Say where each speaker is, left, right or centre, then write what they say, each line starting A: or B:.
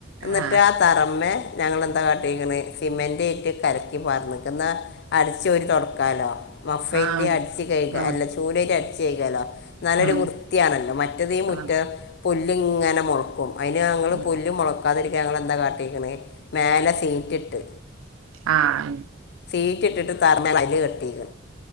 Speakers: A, on the left; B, on the right.
A: ന്നിട്ട്
B: ആഹ്
A: ആ തറമ്മേ ഞങ്ങൾ എന്താ കാട്ടിക്ക്ണ് സിമെൻ ന്റ്ട്ട് കലക്കി പാർന്ന്ക്കാ. ഇന്നാ അടിച്ചോരി തൊടക്കാലോ. മഫയറ്റ്
B: ആഹ്
A: അടച്ച്കഴ്കാ
B: ആഹ്
A: അല്ല ചൂലൈറ്റ് അടിച്ച് കഴ്കാലോ. നല്ലൊരു
B: ഉം
A: വൃത്തിയാണല്ലോ മറ്റത് ഈ മുറ്റം
B: ആഹ്
A: പുല്ല്ങ്ങനെ മോളയ്ക്കും. അതിന് ഞങ്ങൾ
B: ഉം
A: പുല്ല് മൊളക്കാതിരിക്കാൻ ഞങ്ങൾന്താ കാട്ടിക്ക്ണ് മേലെ സീറ്റിട്ട്
B: ആ ആ
A: സീറ്റ് ഇട്ടിട്ട് <unintelligible> കെട്ടിക്.